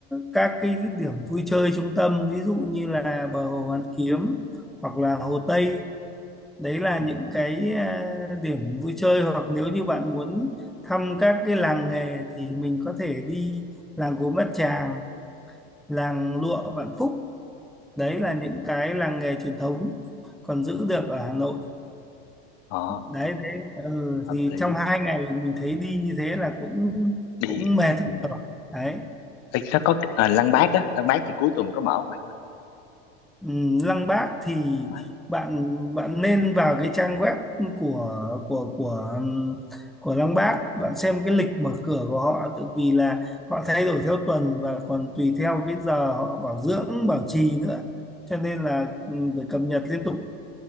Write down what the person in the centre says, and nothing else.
các cái điểm vui chơi trung tâm ví dụ như là bờ hồ Hoàn Kiếm hoặc là Hồ Tây đấy là
những cái ờ, điểm vui chơi hoặc nếu như bạn muốn thăm các cái làng nghề thì mình có thể đi làng Gốm Bát Tràng làng Lụa Vạn Phúc đấy là những cái làng nghề truyền thống còn giữ được ở Hà Nội
đấy đấy ừ,
thì
trong hai ngày mình thấy đi như thế là cũng
cũng mệt
rồi đấy
Ừm, Lăng Bác thì
bạn bạn nên vào cái trang web của của của ừm, của Lăng Bác bạn xem cái lịch mở cửa của họ tự vì là họ thay đổi theo tuần và còn tùy theo cái giờ họ bảo dưỡng bảo trì nữa cho nên là ừm, phải cập nhật liên tục